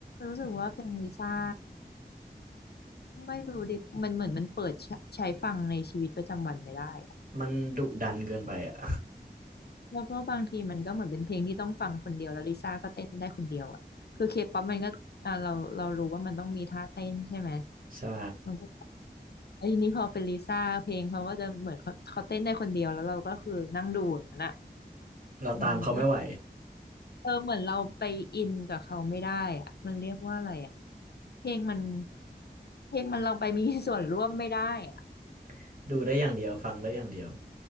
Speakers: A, on the left; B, on the right.
A: รู้สึกว่าเพลงลิซ่าไม่รู้ดิมันเหมือนมันเปิดใช้ใช้ฟังในชีวิตประจำวันไม่ได้
B: มันดุดันเกินไปอ่ะ
A: แล้วก็บางทีมันก็เหมือนเป็นเพลงที่ต้องฟังคนเดียวแล้วลิซ่าก็เต้นได้คนเดียวอ่ะคือเคป๊อปมันก็อ่าเราเรารู้ว่ามันต้องมีท่าเต้นใช่ไหม
B: <laughs> ใช่
A: มันก็ไอ้ยนี่พอเป็นลิซ่าเพลงเขาก็จะเหมือนเขาเขาเต้นได้คนเดียวแล้วเราก็คือนั่งดูอย่างนั้นอ่ะ
B: เราตามเขาไม่ไหว
A: มันไม่เออเหมือนเราไปอินกับเขาไม่ได้อ่ะมันเรียกว่าอะไรอ่ะเพลงมันเพลงมันเราไปมีส่วนร่วมไม่ได้อ่ะ
B: <laughs> ดูได้อย่างเดียวฟังได้อย่างเดียว